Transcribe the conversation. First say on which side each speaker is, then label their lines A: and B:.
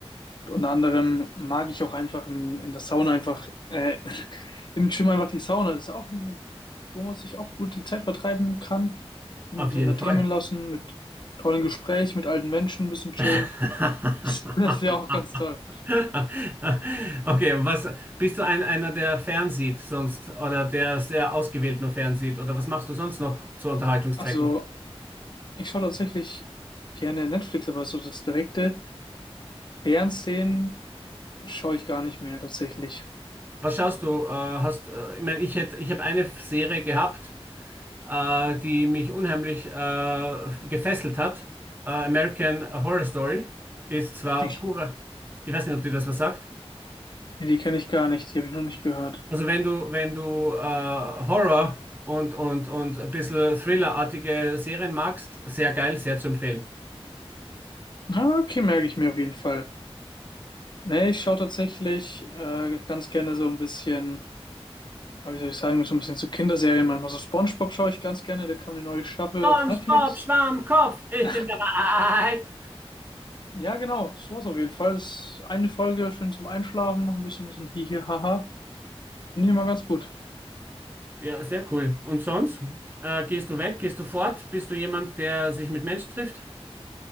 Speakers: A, on the left (about 45°); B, on the right (about 20°).
A: unter anderem mag ich auch einfach in, in der Sauna einfach, äh, <laughs> im Gym einfach die Sauna. Das ist auch ein, wo man sich auch gut die Zeit vertreiben kann. Sich gut
B: Auf
A: ein bisschen
B: jeden
A: entertainen
B: Fall.
A: lassen, mit tollen Gesprächen, mit alten Menschen ein bisschen chillen.
B: <laughs>
A: <laughs> Das ist ja auch ganz toll.
B: <laughs> Okay, und was bist du ein, einer, der fernsieht sonst oder der sehr ausgewählt nur fernsieht oder was machst du sonst noch zu Unterhaltungszwecken?
A: Also, Ich schaue tatsächlich gerne Netflix, aber so das direkte Fernsehen schaue ich gar nicht mehr tatsächlich.
B: Was schaust du? Äh, hast, äh, ich meine, ich hätte, ich habe eine Serie gehabt, äh, die mich unheimlich äh, gefesselt hat. Äh, American Horror Story ist zwar
A: Die,
B: pure, ich weiß nicht, ob dir das was sagt.
A: die kenne ich gar nicht, die habe ich noch nicht gehört.
B: Also wenn du, wenn du äh, Horror und, und, und ein bisschen Thriller-artige Serien magst, sehr geil, sehr zu empfehlen.
A: Ah, okay, merke ich mir auf jeden Fall. Nee, ich schaue tatsächlich äh, ganz gerne so ein bisschen, ah, wie soll ich sagen, so ein bisschen zu Kinderserien. Manchmal so SpongeBob schaue ich ganz gerne, da kam eine neue Staffel
B: Und
A: auf Netflix.
B: Bob Schwammkopf, ich
A: <laughs>
B: bin bereit.
A: Ja, genau, sowas auf jeden Fall. Das ist eine Folge, schön zum Einschlafen, noch ein bisschen, bisschen hihi, haha. Finde ich immer ganz gut.
B: Ja, sehr cool. Und sonst? Äh, gehst du weg? Gehst du fort? Bist du jemand, der sich mit Menschen trifft?